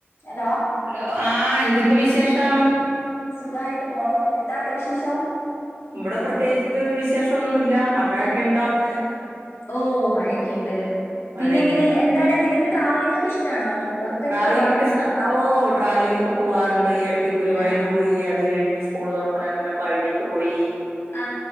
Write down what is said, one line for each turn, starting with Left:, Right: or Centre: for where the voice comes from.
Left: Hello
Right: hello ആഹ് എന്തിണ്ട് വിശേഷം
Left: സുഖായിട്ട് പോണു അവിടെ വിശേഷം
Right: ഇവ്ടെ പ്രത്യേച്ച് വിശേഷൊന്നുല്ല മഴെക്കെണ്ടോ അവിടെ
Left: ഓഹ് മയെക്കെണ്ട്
Right: മഴയൊക്കെ
Left: പിന്നെ എങ്ങനെ
Right: ഇണ്ട്
Left: എന്താണ് നിങ്ങക്ക് ട്രാവലിംഗക്കെ ഇഷ്ടാണോ പുറത്തൊക്കെ
Right: ട്രാവലിങ്ങക്കെഷ്ട
Left: പോവാറുണ്ടോ
Right: ഓഹ് ട്രാവലിംഗക്കെ പോവാറിണ്ട് ഈ എടയ്ക്ക് ഗുരുവായൂര്
Left: ആ
Right: പോയി അത് കഴിഞ്ഞ് സ് സ്കൂള് തൊർക്കിണേ മുന്നെ പഴ്ണിക്ക് പോയി
Left: ആ